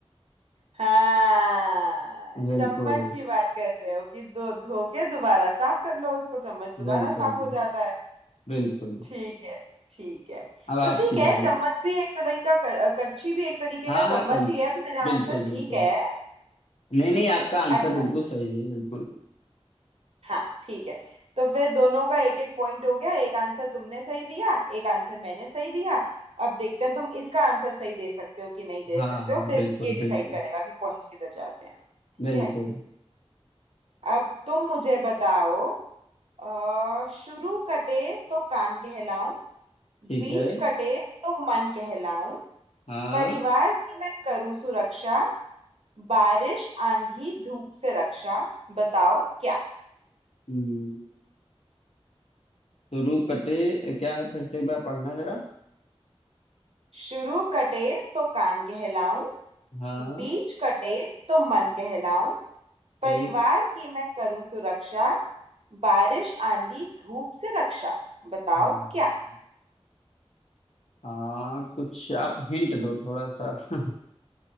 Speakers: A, on the right; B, on the left.
A: हाँ
B: बिल्कुल
A: चम्मच की बात कर रहे हो कि धो धो के दोबारा साफ कर लो उसको चम्मच दोबारा
B: बिल्कुल
A: साफ हो
B: बिल्कुल
A: जाता है
B: बिल्कुल
A: ठीक है ठीक है
B: अब
A: तो
B: आपकी
A: ठीक है
B: बारी
A: चम्मच भी एक तरह का कर, करछी भी एक तरीके
B: हाँ
A: का चम्मच
B: हाँ कलछी
A: ही है तो मेरा
B: बिल्कुल
A: आंसर
B: बिल्कुल
A: ठीक है
B: नहीं
A: ठीक
B: नहीं आपका
A: है
B: आंसर
A: अच्छा
B: बिल्कुल सही है बिल्कुल
A: हाँ ठीक है तो फिर दोनों का एक एक पॉइंट हो गया एक आंसर तुमने सही दिया एक आंसर मैंने सही दिया अब देखते हैं तुम इसका आंसर सही दे सकते हो कि नहीं दे
B: हाँ
A: सकते
B: हाँ
A: हो फिर
B: बिल्कुल
A: ये डिसाइड
B: बिल्कुल
A: करेगा कि पॉइंट्स किधर जाते हैं ठीक
B: बिल्कुल
A: है अब तुम मुझे बताओ अ, शुरू कटे तो कान कहलाऊं
B: ठीक
A: बीच
B: है
A: कटे तो मन कहलाऊं
B: हाँ
A: परिवार की मैं करूं सुरक्षा बारिश आंधी धूप से रक्षा बताओ क्या
B: हम्म, शुरू कटे क्या है फिर से एक बार पढ़ना जरा
A: शुरू कटे तो कान कहलाऊं
B: हाँ
A: बीच कटे तो मन कहलाऊं परिवार
B: ठीक
A: की मैं करूं सुरक्षा बारिश आंधी धूप से रक्षा बताओ
B: हाँ हाँ, हाँ।
A: क्या
B: हाँ कुछ आप हिंट दो थोड़ा सा <laughs>